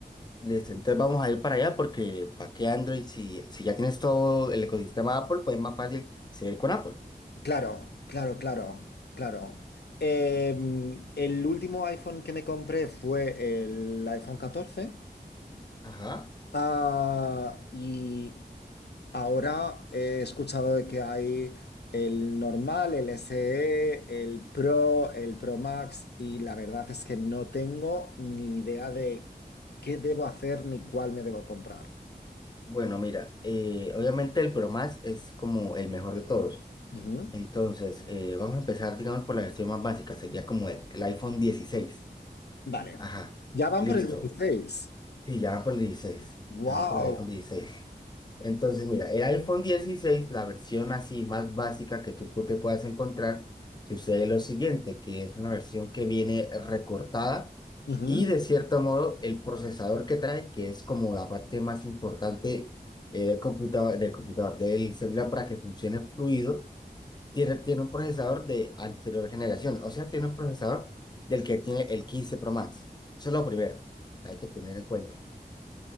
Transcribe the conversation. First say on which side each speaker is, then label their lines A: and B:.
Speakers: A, on the left; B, on the left.
A: Listo, entonces vamos a ir para allá porque ¿para qué Android? Si, si ya tienes todo el ecosistema Apple, pues es más fácil seguir con Apple.
B: Claro, claro, claro, claro. Em, el último iPhone que me compré fue el iPhone 14.
A: Ajá.
B: Ah, y ahora he escuchado de que hay el normal, el SE, el Pro, el Pro Max, y la verdad es que no tengo ni idea de qué debo hacer ni cuál me debo comprar.
A: Bueno, mira, eh, obviamente el Pro Max es como el mejor de todos.
B: Ujú.
A: Entonces, eh, vamos a empezar, digamos, por la versión más básica, sería como el, el iPhone dieciséis.
B: Vale.
A: Ajá,
B: Ya van
A: listo.
B: por el 16.
A: Sí, ya van por el 16,
B: ¡Wow!
A: ya van por el iPhone dieciséis. Entonces, mira, el iPhone dieciséis la versión así más básica que tú, tú te puedas encontrar, sucede lo siguiente, que es una versión que viene recortada
B: Ujú.
A: y de cierto modo el procesador que trae, que es como la parte más importante eh, del computador, del computador, del celular para que funcione fluido, tiene, tiene un procesador de anterior generación, o sea, tiene un procesador del que tiene el 15 Pro Max. Eso es lo primero, hay que tener en cuenta.